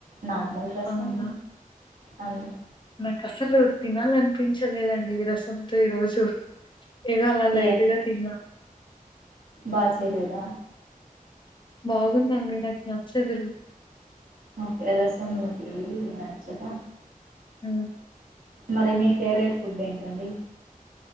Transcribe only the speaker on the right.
నార్మల్ రసం
అన్
ఏమైంది
బా చేయలేదా?
ఓకే రసం మీకి నచ్చదా
మరి మీ ఫేవరెట్ ఫుడ్ ఏంటండి